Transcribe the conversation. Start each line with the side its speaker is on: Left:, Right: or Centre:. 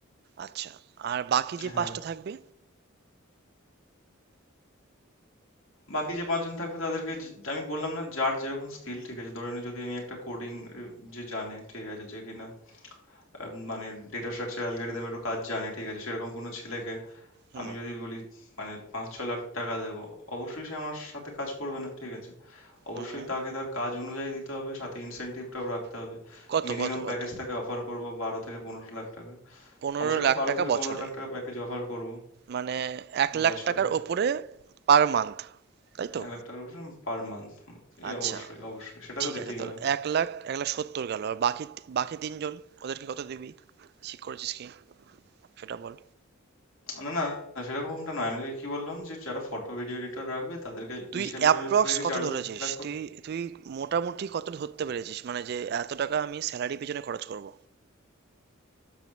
Right: আচ্ছা আর বাকি যে
Left: হ্যাঁ
Right: পাঁচটা থাকবে
Left: বাকি যে ৫ জন থাকবে তাদেরকে যে আমি বললাম না যার যেরকম স্কিল ঠিক আছে ধরে নে যদি আমি একটা কোডিং যে জানে ঠিক আছে যে কিনা আহ, মানে ডেটা স্ট্রাকচার অ্যালগরিদমেরও কাজ জানে ঠিক আছে সেরকম কোনো ছেলেকে
Right: হুম
Left: আমি যদি বলি মানে পাঁচ ছ লাখ টাকা দেবো অবশ্যই সে আমার সাথে কাজ করবে না ঠিক আছে অবশ্যই
Right: হুম হুম
Left: তাকে তার কাজ অনুযায়ী দিতে হবে সাথে ইনসেনটিভটাও রাখতে হবে
Right: কত
Left: মিনিমাম
Right: কত
Left: প্যাকেজ
Right: কত
Left: তাকে অফার করব বারো থেকে পনেরো লাখ টাকা
Right: পনেরো
Left: কমসে কম
Right: লাখ
Left: বারো
Right: টাকা
Left: থেকে
Right: বছরে
Left: পনেরো লাখ টাকা প্যাকেজ অফার করব
Right: মানে এক লাখ
Left: বছরে
Right: টাকার ওপরে পার মান্থ তাই তো
Left: এক লাখ টাকার উপরে পার মান্থ এ
Right: আচ্ছা
Left: অবশ্যই অবশ্যই সেটা
Right: ঠিক
Left: তো দিতেই
Right: আছে তাহলে
Left: হবে
Right: এক লাখ এক লাখ সত্তর গেল আর বাকি বাকি তিনজন ওদেরকে কত দিবি ঠিক করেছিস কি সেটা বল
Left: না না সেরকমটা নয় আমি তোকে কি বললাম যে যারা ফটো ভিডিও এডিটর রাখবে তাদেরকে
Right: তুই
Left: ইনিশিয়াল
Right: অ্যাপ্রক্স
Left: লেভেলে ভেবে রেখে
Right: কত
Left: চার
Right: ধরেছিস
Left: লাখ করে-
Right: তুই তুই মোটামুটি কত ধরতে পেরেছিস মানে যে এত টাকা আমি স্যালারি পেছনে খরচ করব